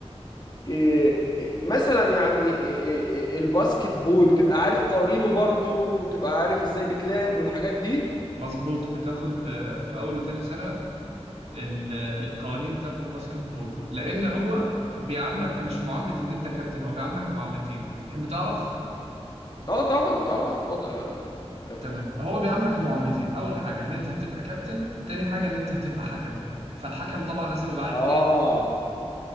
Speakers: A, on the left; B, on the right.
A: إيه إيه مثلا يعني إيه إيه إيه الباسكت بول تبقى عارف قوانينه برضه وتبقى عارف ازاي بيتلعب والحاجات دي
B: مظبوط بتاخد آه، في اول وتاني سنة ال- القوانين بتاعة الباسكت بول لان هو بيعاملك مش معاملة ان انت كابتن هو بيعاملك معاملتين تحب تعرف
A: اه طبعا طبعا اتفضل يا كابتن
B: تمام هو بيعاملك معاملتين اول حاجة ان انت هتبقى كابتن تاني حاجة ان انت هتبقى حكم فالحكم طبعا لازم يبقى عارف
A: اه
B: ايه